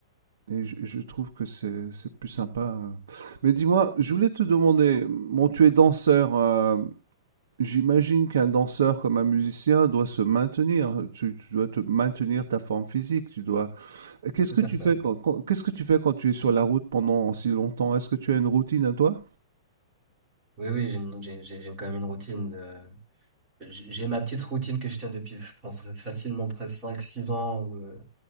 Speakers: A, on the right; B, on the right.
A: et je, je trouve que c'est c'est plus sympa. Mais dis-moi, je voulais te demander, bon, tu es danseur. euh, J'imagine qu'un danseur comme un musicien doit se maintenir. Tu, tu dois te maintenir ta forme physique. Tu dois Qu'est-ce
B: Tout
A: que
B: à
A: tu
B: fait.
A: fais quand,
B: ouais.
A: quand- qu'est-ce que tu fais quand tu es sur la route pendant si longtemps? Est-ce que tu as une routine à toi?
B: Oui, oui, j'ai une- j'ai, j'ai j'ai quand même une routine. euh, J'ai j'ai ma petite routine que je tiens depuis, je pense, euh, facilement presque cinq six ans. Où, euh,